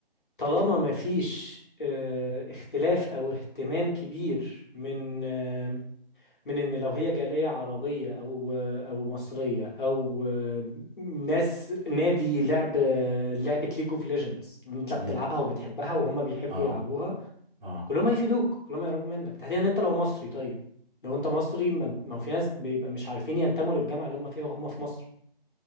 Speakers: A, on the left (about 55°); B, on the right (about 55°).
A: طالما ما فيش آه، اختلاف أو اهتمام كبير من آه، من إن لو هي جالية عربية أو آه، أو مصرية أو آه، ناس نادي لعب آه، لعبة ليج اوف ليجندز أنت بتلعبها
B: امم
A: وبتحبها وهم بيحبوا
B: اه
A: يلعبوها
B: اه
A: كلهم هيفيدوك كلهم هيقربوا منك تحديدا أنت لو مصري طيب لو أنت مصري ما ما هو في ناس بيبقى مش عارفين ينتموا للجامعة اللي هم فيها وهم في مصر